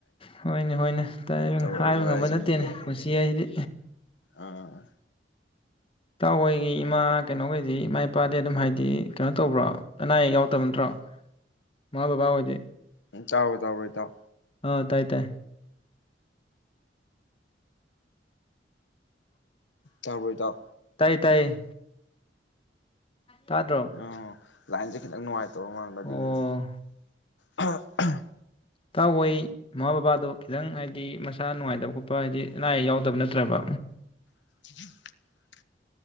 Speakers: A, on the left; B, on the left.
A: ꯍꯣꯏꯅꯦ ꯍꯣꯏꯅꯦ ꯇꯥꯏ
B: ꯇꯧꯔꯛꯏꯕꯁꯤꯡꯁꯦ
A: ꯍꯥꯏꯕ ꯉꯝꯕ ꯅꯠꯇꯦꯅꯦ
B: ꯍꯥꯏꯗꯤ
A: ꯄꯨꯟꯁꯤ ꯍꯥꯏꯁꯤꯗꯤ
B: ꯑꯥ
A: ꯏꯇꯥꯎꯍꯣꯏꯒꯤ ꯏꯃꯥ ꯀꯩꯅꯣꯈꯩꯗꯤ ꯏꯃꯥ ꯏꯄꯥꯗꯤ ꯑꯗꯨꯝ ꯍꯥꯏꯗꯤ ꯀꯩꯅꯣ ꯇꯧꯕ꯭ꯔꯥ ꯑꯅꯥ ꯑꯌꯦꯛ ꯌꯥꯎꯗꯕ ꯅꯠꯇ꯭ꯔꯣ ꯏꯃꯥ ꯕꯕꯥꯍꯣꯏꯗꯤ
B: ꯇꯕ꯭ꯣꯔ ꯇꯥꯕ꯭ꯣꯔ ꯏꯇꯥꯎ
A: ꯑꯥ ꯇꯥꯏ ꯇꯥꯏ
B: ꯇꯥꯕ꯭ꯔꯣ ꯏꯇꯥꯎ
A: ꯇꯥꯏ ꯇꯥꯏ ꯇꯥꯗ꯭ꯔꯣ
B: ꯑꯣ ꯂꯥꯏꯟꯖꯦ ꯈꯤꯇꯪ ꯅꯨꯡꯉꯥꯏ ꯇꯧꯕ ꯃꯥꯟꯕ ꯑꯗꯨꯒꯤꯅꯤꯗ
A: ꯑꯣ
B: ꯍꯥ ꯑꯍꯝ
A: ꯇꯥꯎ ꯑꯩ ꯃꯥꯃꯥ ꯕꯥꯕꯥꯗꯨ ꯈꯤ ꯇꯪ ꯍꯥꯏꯗꯤ ꯍꯥꯏꯗꯤ ꯃꯁꯥ ꯅꯨꯡꯉꯥꯏꯇꯕ ꯈꯣꯠꯄ ꯍꯥꯏꯗꯤ ꯑꯅꯥ ꯑꯌꯦꯛ ꯌꯥꯎꯗꯕ ꯅꯠꯇ꯭ꯔꯕ
B: <inaudible>